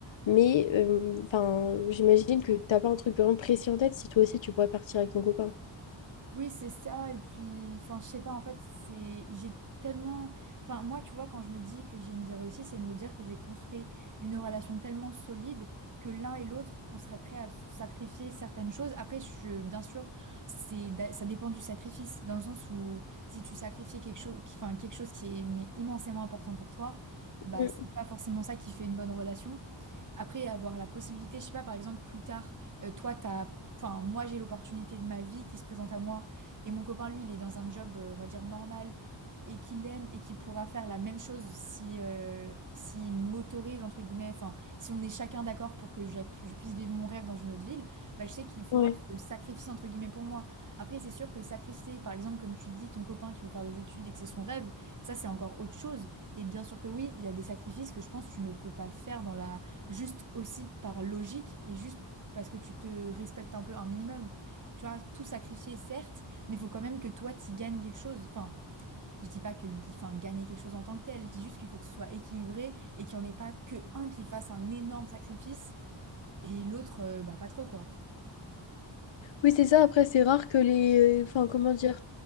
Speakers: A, on the left; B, on the right.
A: Mais euh, enfin, j'imagine que t'as pas un truc vraiment précis en tête si toi aussi tu pourrais partir avec ton copain.
B: Oui, c'est ça. Et puis, enfin, je sais pas, en fait, c'est, j'ai tellement, enfin, moi, tu vois, quand je me dis que j'ai une vie réussie, c'est de me dire que j'ai construit une relation tellement solide que l'un et l'autre, on serait prêt à sacrifier certaines choses. Après, je, bien sûr, c'est, ça dépend du sacrifice, dans le sens où si tu sacrifies quelque chose, enfin, quelque chose qui est mais immensément important pour toi, bah,
A: Mm.
B: c'est pas forcément ça qui fait une bonne relation. Après, avoir la possibilité, je sais pas, par exemple, plus tard, euh, toi, t'as, enfin, moi, j'ai l'opportunité de ma vie qui se présente à moi et mon copain, lui, il est dans un job, euh, on va dire, normal et qu'il aime et qu'il pourra faire la même chose si, euh, s'il m'autorise, entre guillemets, enfin, si on est chacun d'accord pour que j'app- je puisse vivre mon rêve dans une autre ville, bah, je sais qu'il fera
A: Ouais.
B: ce sacrifice, entre guillemets, pour moi. Après, c'est sûr que sacrifier, par exemple, comme tu dis, ton copain qui veut faire des études et que c'est son rêve, ça, c'est encore autre chose. Et bien sûr que oui, il y a des sacrifices que je pense que tu ne peux pas faire dans la... juste aussi par logique et juste parce que tu te respectes un peu un minimum. Tu vois, tout sacrifier, certes, mais il faut quand même que toi, tu gagnes quelque chose. Enfin, je dis pas que enfin, gagner quelque chose en tant que tel. Je dis juste qu'il faut que ce soit équilibré et qu'il n'y en ait pas que un qui fasse un énorme sacrifice et l'autre, euh, bah, pas trop, quoi.
A: Oui, c'est ça. Après, c'est rare que les... Enfin, comment dire?